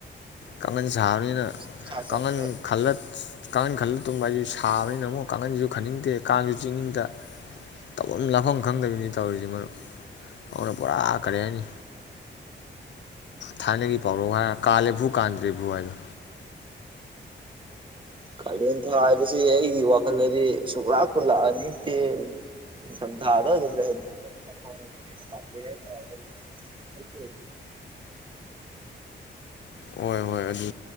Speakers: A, on the left; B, on the right.
A: ꯀꯥꯡꯈꯟ ꯁꯥꯕꯅꯤꯅ
B: ꯏꯆꯥ ꯆꯪꯗꯦ
A: ꯀꯥꯡꯈꯟ ꯈꯜꯂ ꯀꯥꯡꯈꯟ ꯈꯜꯂ ꯇꯨꯝꯕ ꯍꯥꯏꯖꯤꯁꯨ ꯁꯥꯕꯅꯤꯅ ꯑꯃꯨꯛ ꯀꯥꯡꯈꯟꯁꯤꯁꯨ ꯈꯟꯅꯤꯡꯗꯦ ꯀꯥꯡꯁꯨ ꯆꯤꯡꯅꯤꯡꯗ ꯇꯧꯐꯝ ꯂꯥꯛꯐꯝ ꯈꯪꯗꯕꯤꯅꯤ ꯇꯧꯔꯤꯁꯤ ꯃꯔꯨꯞ ꯑꯗꯨꯅ ꯄꯨꯔꯥ ꯀꯔꯤ ꯍꯥꯏꯅꯤ ꯊꯥꯏꯅꯒꯤ ꯄꯥꯎꯔꯧ ꯍꯥꯏꯔ ꯀꯥꯜꯂꯦ ꯐꯨ ꯀꯥꯟꯗ꯭ꯔꯦ ꯐꯨ ꯍꯥꯏꯗꯣ
B: ꯀꯥꯂꯦꯟ ꯊꯥ ꯍꯥꯏꯕꯁꯤ ꯑꯩꯒꯤ ꯋꯥꯈꯜꯗꯗꯤ ꯁꯨꯡꯂꯥꯛꯄꯨ ꯂꯥꯛꯍꯟꯅꯤꯡꯗꯦ ꯅꯤꯡꯊꯝ ꯊꯥꯗ ꯑꯗꯨꯝ ꯂꯩꯍꯟꯅꯤꯡꯉꯦ ꯅꯤꯡꯊꯝꯊꯥꯅ ꯈꯔ ꯍꯦꯟꯅ ꯄꯥꯝꯖꯩ ꯍꯥꯏꯇꯥꯔꯦ ꯑꯩ ꯑꯩꯒꯤ ꯑꯣꯏꯅ
A: ꯍꯣꯏ ꯍꯣꯏ ꯑꯗꯨ